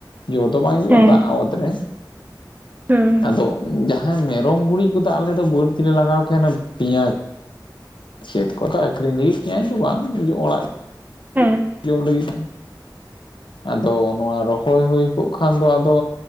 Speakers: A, on the left; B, on the right.
A: ᱡᱚ ᱫᱚ ᱵᱟᱝ ᱡᱩᱜᱼᱟ
B: ᱦᱮᱸ
A: ᱫᱟᱜ ᱟᱣᱟᱚᱛ ᱨᱮ
B: ᱦᱩᱸ
A: ᱟᱫᱚ ᱡᱟᱦᱟᱸᱼᱼ ᱦᱮᱸ ᱢᱮᱨᱚᱢ ᱜᱩᱨᱤᱡ ᱠᱚᱫᱚ ᱟᱞᱮ ᱫᱚ ᱵᱟᱹᱲᱛᱤ ᱞᱮᱮ ᱞᱟᱜᱟᱣ ᱠᱮᱭᱟᱚᱱᱮ ᱯᱮᱸᱭᱟᱡᱽᱼᱼ ᱪᱮᱫ ᱠᱚᱠᱚ ᱟᱹᱠᱷᱨᱤᱧ ᱞᱟᱹᱜᱤᱫ ᱛᱟᱹ ᱤᱧᱫᱚ ᱵᱟᱝ ᱱ ᱚᱲᱟᱜᱼᱼ
B: ᱦᱮᱸᱼᱼ
A: ᱡᱚᱢ ᱞᱟᱹᱜᱤᱫ ᱟᱫᱚ ᱱᱚᱣᱟ ᱨᱚᱦᱚᱭ ᱦᱩᱭ ᱠᱚᱜ ᱠᱷᱟᱱ ᱫᱚ ᱟᱫᱚᱼᱼ